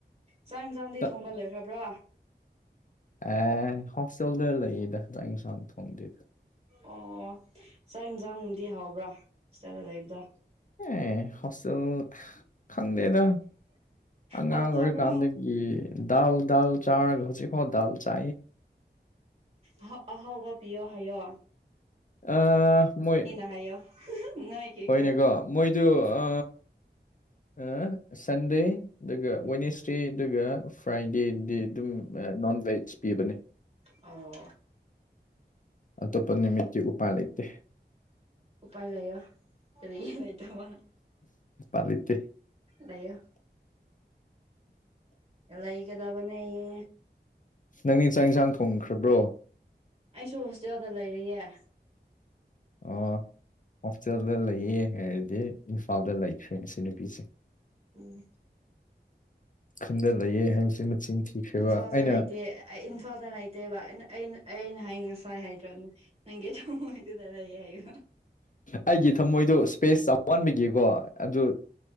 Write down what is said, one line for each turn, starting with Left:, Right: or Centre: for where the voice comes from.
Right: ꯆꯥꯛ ꯌꯦꯟꯁꯥꯡꯗꯤ
Left: ꯇ-
Right: ꯊꯣꯡꯕ ꯂꯣꯏꯈ꯭ꯔꯕ꯭ꯔꯣ
Left: ꯑꯦ ꯍꯣꯁꯇꯦꯜꯗ ꯂꯩꯌꯦꯗ ꯆꯥꯛ ꯌꯦꯟꯁꯥꯡ ꯊꯣꯡꯗꯦꯗ
Right: ꯑꯣ ꯆꯥꯛ ꯌꯦꯟꯁꯥꯡꯒꯕꯗꯤ ꯍꯥꯎꯕ꯭ꯔꯥ ꯏꯁꯇꯜꯗ ꯂꯩꯕꯗ
Left: ꯑꯦ ꯍꯣꯁꯇꯦꯜ ꯈꯪꯗꯦꯗ ꯑꯉꯥꯡ
Right: ꯑꯣ
Left: ꯑꯣꯏꯔꯀꯥꯟꯗꯒꯤ
Right: ꯑꯍꯥꯎ
Left: ꯗ ꯗ ꯆꯥꯔꯁꯤ ꯐꯣ ꯗ ꯆ
Right: ꯑꯣ ꯑꯍꯥꯎꯕ ꯄꯤꯌꯣ ꯍꯌꯣ
Left: ꯑ ꯃꯣꯏ
Right: ꯍꯥꯏꯌꯣ ꯅꯣꯏꯒꯤ
Left: ꯍꯣꯏꯅꯦꯀꯣ
Right: ꯀꯨꯛ
Left: ꯃꯣꯏꯗꯨ ꯑ ꯑ ꯁꯟꯗꯦ ꯑꯗꯨꯒ ꯋꯦꯅꯦꯁꯗꯦ ꯑꯗꯨꯒ ꯐ꯭ꯔꯥꯏꯗꯦꯗꯤ ꯑꯗꯨꯝ ꯅꯣꯟ ꯕꯦꯖ ꯄꯤꯕꯅꯦ
Right: ꯑꯣ
Left: ꯑ ꯇꯞꯄꯅꯤꯃꯤꯨ ꯎꯄꯥꯥꯏ ꯂꯩꯠꯇꯦ
Right: ꯎꯄꯥꯏ ꯂꯩꯣ ꯑꯗꯨꯔꯤ ꯌꯦ ꯂꯩꯇꯕ
Left: ꯄꯂꯤꯇꯦ
Right: ꯂꯩꯌꯣ ꯂꯩꯒꯗꯕꯅꯦꯌꯦ
Left: ꯅꯪꯅꯦ ꯏꯟꯁꯥꯛ ꯏꯟꯁꯥꯡ ꯊꯣꯡꯈ꯭ꯔꯕ꯭ꯔꯣ
Right: ꯑꯩꯁꯨ ꯍꯣꯁꯇꯦꯜꯗ ꯂꯩꯔꯤꯌꯦ
Left: ꯑꯣ ꯍꯣꯁꯇꯦꯜꯗ ꯂꯩꯌꯦ ꯍꯥꯏꯔꯗꯤ ꯏꯝꯐꯥꯜꯗ ꯂꯩꯈ꯭ꯔꯦ ꯉ ꯁꯤ ꯅꯨꯄꯤꯁꯦ
Right: ꯎꯝ
Left: ꯈꯟꯗ ꯂꯩꯌꯦ ꯍꯥꯏꯁ ꯃꯆꯤꯟ ꯊꯤꯈ꯭ꯔꯦꯕ
Right: ꯏꯝꯐꯥꯜꯁꯥꯏꯇ
Left: ꯑꯩꯅ
Right: ꯏꯟꯐꯥꯜ ꯂꯩꯇꯦꯕ ꯑꯩꯅ ꯑꯩꯅ ꯑꯩꯅ ꯍꯥꯏ ꯉꯁꯥꯏ ꯍꯥꯏꯗ꯭ꯔꯣ ꯅꯪꯒꯤ ꯊꯃꯉꯗꯨꯗ ꯂꯩꯑ ꯍꯥꯏꯣ
Left: ꯑꯩꯒꯤ ꯊꯝꯃꯣꯏꯗꯣ ꯁꯄꯦꯁ ꯋꯥꯟ ꯋꯤꯛꯀꯤꯀꯣ ꯑꯗꯨ